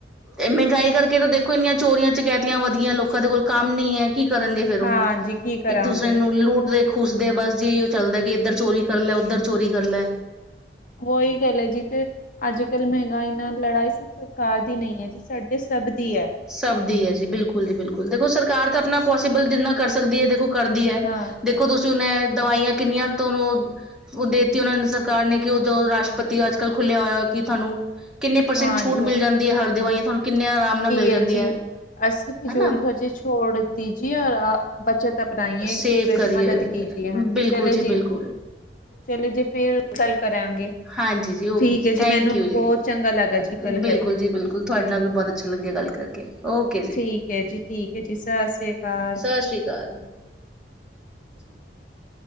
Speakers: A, in the centre; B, on the left.
A: ਇਹ ਮਹਿੰਗਾਈ ਕਰਕੇ ਤਾ ਦੇਖੋ, ਇੰਨੀਆਂ ਚੋਰੀਆਂ ਚਕੈਤੀਆਂ ਵੱਧ ਗਈਆਂ। ਲੋਕਾਂ ਦੇ ਕੋਲ ਕੰਮ ਨਹੀਂ ਹੈ। ਕੀ ਕਰਨਗੇ ਫੇਰ ਉਹ।
B: ਹਾਂਜੀ ਕੀ ਕਰਾਂਗੇ
A: ਇੱਕ ਦੂਸਰੇ ਨੂੰ ਲੂਟ ਦੇ ਖ ਖੂਸਦੇ, ਬਸ ਜੀ ਇਹੀਓ ਚੱਲਦਾ। ਕਿ ਇੱਧਰ ਚੋਰੀ ਕਰ ਲੈ- ਓਧਰ ਚੋਰੀ ਕਰ ਲੈ।
B: ਔਈ ਗਲ ਏ ਜੀ ਤੇ ਅੱਜਕੱਲ ਮਹਿੰਗਾਈ ਨਾਲ ਲੜਾਈ, ਸਿਰਫ ਸਰਕਾਰ ਦੀ ਨਹੀਂ ਹੈ ਜੀ। ਸਾਡੇ ਸਭ ਦੀ ਹੈ।
A: ਸਭ ਦੀ ਹੈ ਜੀ। ਬਿਲਕੁਲ ਜੀ, ਬਿਲਕੁਲ ਦੇਖੋ ਸਰਕਾਰ ਤਾਂ ਆਪਨਾ ਪੋਸੀਬਲ ਜਿੰਨਾ ਕਰ ਸਕਦੀ ਹੈ, ਦੇਖੋ ਕਰਦੀ ਹੈ।
B: ਹਾਂ।
A: ਦੇਖੋ ਤੁਸੀ ਹੁਨ ਇਹ ਦਵਾਈਆਂ ਕਿੰਨੀਆਂ ਤੁਹਾ, ਓਹ ਦੇ ਦੇਤੀ ਉਹਨਾਂ ਨੇਂ। ਸਰ ਕਾਰ ਨੇ, ਕਿ ਉਹਦੋਂ ਰਾਸ਼ਟ੍ਰਪਤੀ
B: ਹੂੰ।
A: ਅੱਜਕੱਲ ਖੁੱਲਿਆ ਹੋਇਆ, ਕਿ ਤੁਹਾਨੂੰ ਕਿੰਨੇ ਪਰਸੈਂਟ
B: ਹਾਂਜੀ
A: ਛੂਟ ਮਿਲ ਜਾਂਦ ਦੀ, ਹਰ ਦਵਾਈਆਂ ਤੁਹਾਨੂੰ ਕਿੰਨੇ ਆਰਾਮ ਨਾਲ ਮਿਲ ਜਾਂਦੀ
B: ਏ ਜੀ,
A: ਹੈ
B: ਅਸੀ ਫਿਜੂਲ
A: ਹਨਾ
B: ਖਰਜੀ ਛੋੜ ਦੀ ਜੀਏ ਔਰ ਆਹ ਬੱਚਤ ਅਪਨਾਈਆਂ, ਇੱਕ
A: ਸੇਵ
B: ਦੂਸਰੇ
A: ਕਰੀਏ
B: ਦੀ ਮਦਦ ਕੀਜਿਏ। ਹਾਂਜੀ
A: ਬਿਲਕੁਲ
B: ਚਲੋ
A: ਜੀ
B: ਜੀਂ।
A: ਬਿਲਕੁਲ
B: ਚਲੋ ਜੀ, ਫੇਰ ਗੱਲ ਕਰਾਂਗੇ।
A: ਹਾਂਜੀ ਜੀ, ਓਕੇ
B: ਠੀਕ
A: ਜੀ
B: ਹੈ
A: ਥੈਂਕ
B: ਮੈਨੂੰ
A: ਯੂ ਜੀ
B: ਬਹੁਤ ਚੰਗਾ ਲੱਗਾ
A: ਆ
B: ਜੀ ਗੱਲ ਕਰਕੇ।
A: ਬਿਲਕੁਲ ਜੀ, ਬਿਲਕੁ ਕੁਲ, ਥੁਆਡੇ ਨਾਲ ਵੀ ਬਹੁਤ ਅੱਛਾ ਲੱਗਿਆ, ਗੱਲ ਕਰ- ਕੇ, ਓਕੇ ਜੀ
B: ਠੀਕ ਹੈ ਜੀ ਠੀਕ ਹੈ ਜੀ ਸਤਿ ਸ੍ਰੀ ਅਕਾਲ।
A: ਸਤਿ ਸ਼੍ਰੀ ਅਕਾਲ। <inaudible>